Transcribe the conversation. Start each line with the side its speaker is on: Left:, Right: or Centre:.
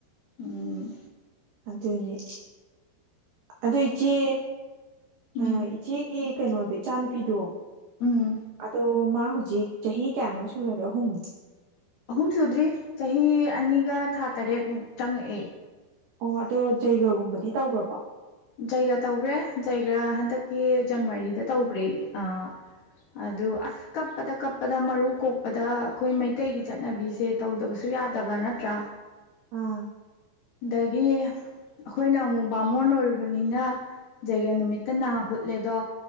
Left: ꯎꯝ
Right: ꯑꯗꯨꯅꯤ ꯑꯗꯣ ꯏꯆꯦ
Left: ꯎꯝ
Right: ꯑꯥ ꯏꯆꯦꯒꯤ ꯀꯩꯅꯣꯗꯣ ꯏꯆꯥ ꯅꯨꯨꯄꯤꯗꯣ
Left: ꯎꯝ
Right: ꯑꯗꯣ ꯃꯥ ꯍꯧꯖꯤꯛ ꯆꯍꯤ ꯀꯌꯥꯅꯣ ꯁꯨꯔꯦ ꯑꯍꯨꯝ
Left: ꯑꯍꯨꯝ ꯁꯨꯗ꯭ꯔꯤ ꯆꯍꯤ ꯑꯅꯤꯒ ꯊꯥ ꯇꯔꯦꯠꯃꯨꯛ ꯆꯪꯉꯛꯑꯦ
Right: ꯑꯣ ꯑꯗꯣ ꯖꯩꯒꯒꯨꯝꯕꯗꯤ ꯇꯧꯈ꯭ꯔꯕ
Left: ꯖꯥꯏꯒ꯭ꯔ ꯇꯧꯈ꯭ꯔꯦ ꯖꯥꯏꯒ꯭ꯔ ꯍꯟꯗꯛꯀꯤ ꯖꯅꯋꯥꯔꯤꯗ ꯖꯩꯒꯥ ꯇꯧꯈ꯭ꯔꯦ ꯖꯩꯒ ꯍꯟꯗꯛ ꯀꯤ ꯖꯅꯥꯋꯔꯤꯗ ꯇꯧꯈꯔꯦ ꯑꯗꯨ ꯑꯁ ꯀꯞꯄꯗ ꯀꯞꯄꯗ ꯃꯔꯨ ꯀꯣꯛꯄꯗ ꯑꯩꯈꯣꯏ ꯃꯩꯇꯩꯒꯤ ꯆꯠꯅꯕꯤꯁꯦ ꯇꯧꯗꯕꯁꯨ ꯌꯥꯗꯕꯥ ꯅꯠꯇ꯭ꯔꯥ
Right: ꯑꯥ
Left: ꯗꯒꯤ ꯑꯩꯈꯣꯏꯅ ꯑꯃꯨꯛ ꯕꯥꯃꯣꯟ ꯕꯅꯤꯅ ꯖꯩꯒ ꯅꯨꯃꯤꯠꯇ ꯅꯥ ꯍꯨꯠꯂꯦꯗꯣ